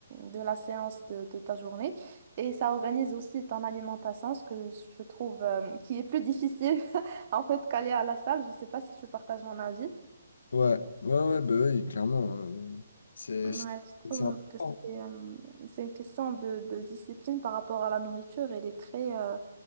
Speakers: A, on the right; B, on the left.
A: de la séance de, de ta journée. Et ça organise aussi ton alimentation, ce que je trouve euh, qui est plus difficile <laughs> en fait qu'aller à la salle. Je ne sais pas si tu partages mon avis.
B: Ouais, ouais, ouais, bah oui, clairement. euh, c'est
A: Ouais,
B: c'est-
A: je trouve
B: c'est important.
A: que c'est euh, c'est une question de, de discipline par rapport à la nourriture. Elle est très, euh,